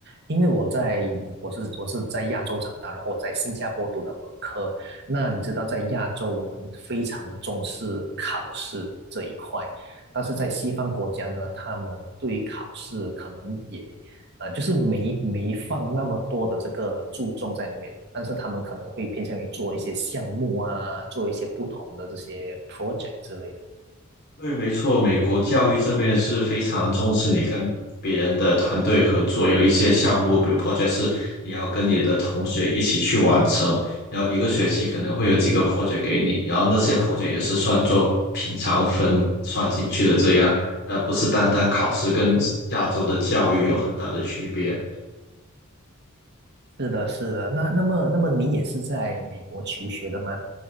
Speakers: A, on the right; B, on the left.
A: 因为我在我是我是在亚洲长大，然后我在新加坡读的本科，那你知道在亚洲我们非常的重视考试这一块，但是在西方国家呢，他们对于考试可能也呃，就是没没放那么多的这个注重在里面，但是他们可能会偏向于做一些项目啊，做一些不同的这些 project 之类的。
B: 对，没错，美国教育这边是非常重视你跟别人的团队合作，有一些项目，比如 project 是你要跟你的同学一起去完成，然后一个学期可能会有几个 project 给你，然后那些 project 也是算作平常分算进去的，这样，而不是单单考试，跟亚洲的教育有很大的区别。
A: 是的，是的。那那么那么你也是在美国求学的吗？